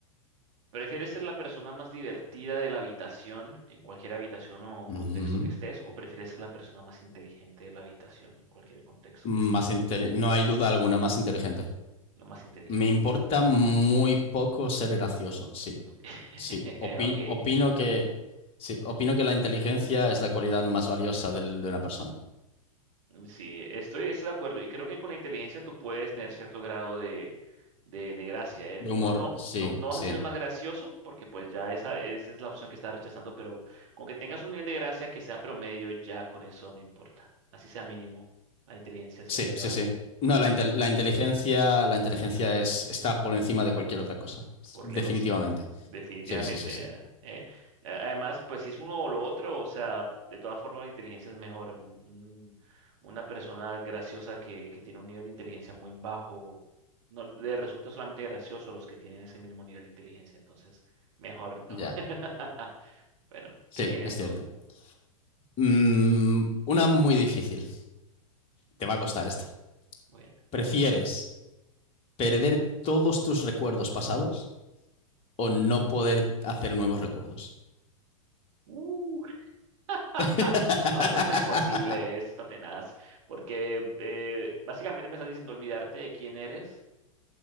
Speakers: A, on the right; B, on the left.
A: ¿Prefieres ser la persona más divertida de la habitación, en cualquier habitación o
B: Ujú.
A: contexto que estés, o prefieres ser la persona más inteligente de la habitación, en cualquier contexto
B: Más
A: que estés?
B: inte- no hay duda alguna, más inteligente.
A: La más inteligente.
B: Me importa muy poco ser gracioso, sí,
A: <laughs>
B: sí. Opin-
A: Ok.
B: opino que, sí, opino que la inteligencia es la cualidad más valiosa del- de una persona.
A: Mm, Sí, estoy, estoy de acuerdo y creo que con la inteligencia tú puedes tener cierto grado de, de, de gracia, ¿eh?
B: De
A: No,
B: humor,
A: no,
B: sí,
A: no, no vas
B: sí.
A: a ser el más gracioso porque pues ya esa, esa es la opción que estás rechazando, pero con que tengas un nivel de gracia que sea promedio, ya con eso no importa. Así sea mínimo, la inteligencia siempre
B: Sí, sí,
A: va a
B: sí.
A: ser
B: No,
A: la opción.
B: la, intel- la inteligencia, la inteligencia es, está por encima de cualquier otra cosa.
A: Por
B: Definitivamente.
A: lejos, sí. Definitivamente.
B: Sí, sí, sí, sí.
A: eh, eh, a- Además, pues si es uno o lo otro, o sea, de todas formas la inteligencia es mejor. Un- un- una persona graciosa que, que tiene un nivel de inteligencia muy bajo, no le resulta solamente gracioso a los que tienen ese mismo nivel de inteligencia. Entonces, mejor no.
B: Ya.
A: <laughs> Bueno,
B: Sí,
A: ¿qué tienes
B: es cierto.
A: tú?
B: Mm, una muy difícil. Te va
A: Ok,
B: a costar esta.
A: muy bien.
B: ¿Prefieres perder todos tus recuerdos pasados o no poder hacer nuevos recuerdos?
A: Uh, <laughs>
B: <laughs>
A: no, esta está imposible, esta está tenaz, porque eh, básicamente me estás diciendo olvidarte de quién eres